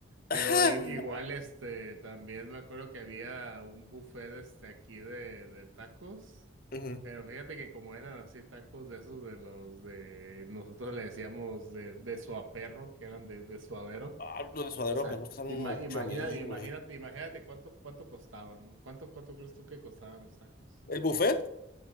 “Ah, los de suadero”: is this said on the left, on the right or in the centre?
Left